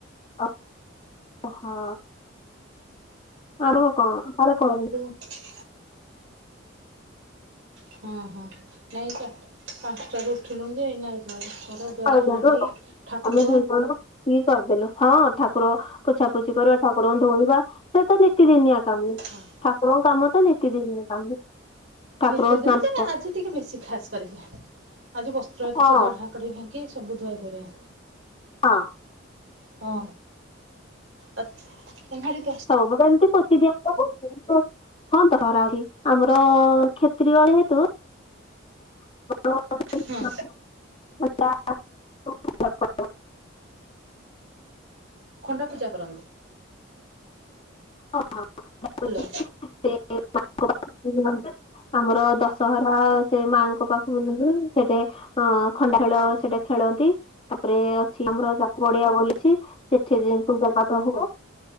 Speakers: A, on the left; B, on the right.
A: ଅ ହଁ। <unintelligible>
B: ହ ହଁ ହଁ ନାଇଁ ପାଞ୍ଚଟାରୁ ଉଠିଲୁଣି ଯେ ଏଇନା <unintelligible> ଘର ଦ୍ୱାର
A: <unintelligible>
B: ହାଣ୍ଡି ଠାକୁର
A: ଆମେ ଦୁଇ ଜଣ କି କରିଦେଲୁ ହଁ ଠାକୁର ପୋଛାପୋଛି କରିବା ଠାକୁରଙ୍କୁ ଧୋଇବା ସେ ତ ନିତି ଦିନିଆ କାମ,
B: ହଁ
A: ଠାକୁରଙ୍କ କାମ ତ ନିତି ଦିନିଆ କାମ। ଠାକୁରଙ୍କୁ
B: ନିତି ଦିନି
A: ସ୍ନାନ
B: ଯେ
A: କର-
B: ଆଜି ଟିକେ ବେଶୀ ଖାସ୍ କରିକି ଆଜି ବସ୍ତ୍ର ଏକା
A: ହଁ
B: ସବୁଆଡ଼େ <unintelligible> ସବୁ ଧୁଆ ଧୁଇ ହୁଏ।
A: ହଁ।
B: ହଁ ଆ <unintelligible>
A: ହଉ ମୋର ଏମ୍ତି ପୋଚି ଦିଅ ସବୁ। ହଁ ତ <unintelligible> ଅଛି ଆମର କ୍ଷେତ୍ରୀୟ ଯେହେତୁ <unintelligible>
B: ହଁ ଖଣ୍ଡା ପୂଜା କରନ୍ତି।
A: <unintelligible>
B: ହେଲା
A: ଆମର ଦଶହରା ସେ ମାଆଙ୍କ ପାଖକୁ <unintelligible> ସେଟି ହଁ ଖଣ୍ଡା ଖେଳ ସେଇଟା ଖେଳନ୍ତି। ତାପରେ ଅଛି ଆମର ଯା ପଡିଆ ବୋଲିଛି ସେଠି ପୂଜା ପାଠ ହବ।